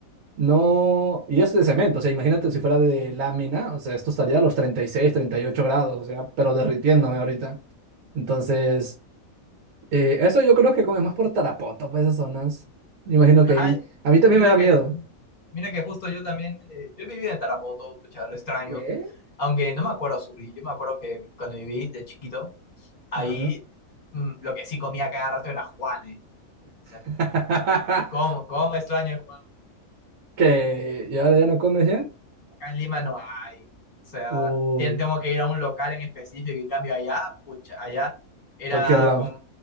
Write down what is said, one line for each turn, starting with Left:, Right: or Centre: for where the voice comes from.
Right: no. Y es de cemento, o sea, imagínate si fuera de lámina, o sea, esto estaría a los treinta treinta y seis, treinta y ocho grados, o sea, pero derritiéndome ahorita. Entonces, eh, eso yo creo que come más por Tarapoto, pues esas zonas. Me Imagino que
Left: Ah,
Right: ahí. A mí también
Left: Mira
Right: me da
Left: que,
Right: miedo.
Left: mira que justo yo también, eh, yo viví en Tarapoto, pucha, lo extraño,
Right: ¿Qué?
Left: aunque no me acuerdo sufrir, yo me acuerdo que cuando viví de chiquito, ahí
Right: A ver.
Left: mm, lo que sí comía cada rato era Juanes, o sea,
Right: <laughs>
Left: ¿cómo, cómo extraño el Juan?
Right: que y ahora ya no comes ya.
Left: Acá en Lima no hay, o sea,
Right: Uy,
Left: tien- tengo que ir a un local en específico y cambio allá, pucha, allá era,
Right: cualquier lado.
Left: con,